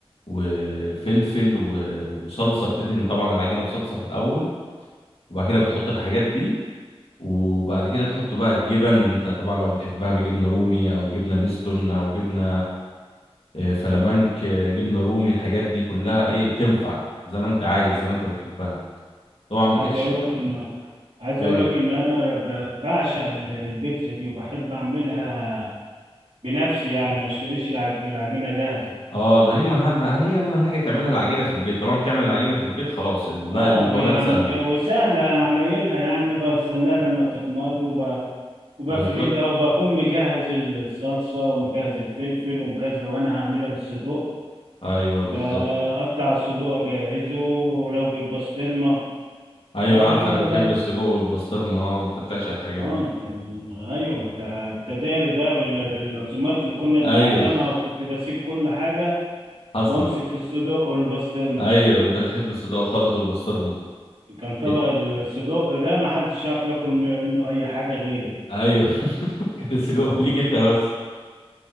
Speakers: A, on the left; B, on the right.
A: وفلفل و- وصلصه بتدهن طبعا العجينه بصلصه في الاول وبعد كده بتحط الحاجات دي وبعد كده تحط بقى الجبن انت طبعا لو بتحبها بجبنه رومي او جبنه نستون او جبنه آه، فلامنك آه، جبنه رومي الحاجات دي كلها ايه بتنفع زي ما انت عايز زي ما انت بتحبها طبعا
B: انا
A: بتحشي
B: عايز اقول لك ان عايز اقول
A: ايوه
B: لك ان انا ب- بعشق ال- البيتزا دي وبحب اعملها بنفسي يعني ما اشتريش العج- العجينه جاهزه
A: اه ده هي اهم أهم- هي اهم حاجه تعملها العجينه في البيت طالما بتعمل العجينه في البيت خلاص ال- بقى
B: اه
A: المكونات
B: ب- يعني
A: سهله
B: ب- وسهله اعملها يعني بستناها لما تخمر وب... وبفردها
A: بالظبط
B: وبكون مجهز الصلصه ومجهز الفلفل ومجهز لو انا هعملها بالصدوق
A: ايوه
B: بقطع
A: بالظبط
B: الصدوق اجهزه لو بالبسطرمه
A: ايوه
B: وبعد
A: انا عارفك
B: كده
A: بتحب
B: بدأ
A: السجق والبسطرمه اه انت بتعشق الحاجات
B: اه
A: دي
B: انت من- ايوه ما انت التداري بقى بال- بالعزومات اللي كنا بنتعزمها
A: ايوه
B: وكنت بسيب كل حاجه
A: حصل
B: وامسك في الصدق والبسطرمه
A: ايوه انت بتحب الصدوق خالص والبسطرمه
B: كان طبق
A: إيه،
B: الصدق ده ما حدش يعرف ياكل منه اي حاجه غيري
A: ايوه <laughs> كان السجق ليك انت بس